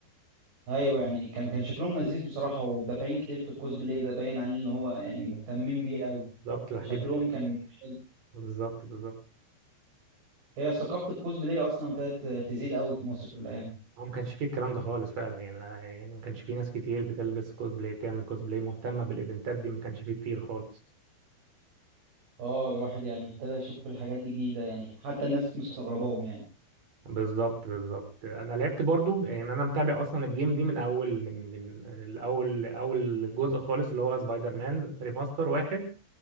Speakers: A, on the right; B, on the right.
A: ايوه يعني كان كان شكلهم لذيذ بصراحه ودافعين كتير في الكوسبلاي ده باين عليه ان هو يعني مهتمين بيه قوي
B: بالظبط الحاجات
A: شكلهم
B: دي
A: كان حلو
B: بالظبط بالظبط
A: هي ثقافه الكوسبلاي اصلا ابتدت تزيد قوي في مصر الايام دي
B: هو ما كانش فيه الكلام ده خالص فعلا يعني أنا- يعني ما كانش فيه ناس كتير بتلبس كوسبلاي بتعمل كوسبلاي مهتمه بالايفنتات دي ما كانش فيه كتير خالص
A: اه الواحد يعني ابتدى يشوف الحاجات دي جديده يعني حتى الناس مستغرباهم يعني
B: بالظبط بالظبط انا لعبت برضو يعني انا متابع اصلا الجيم دي من اول من من الاول اول جزء خالص اللي هو سبايدر مان ريماستر واحد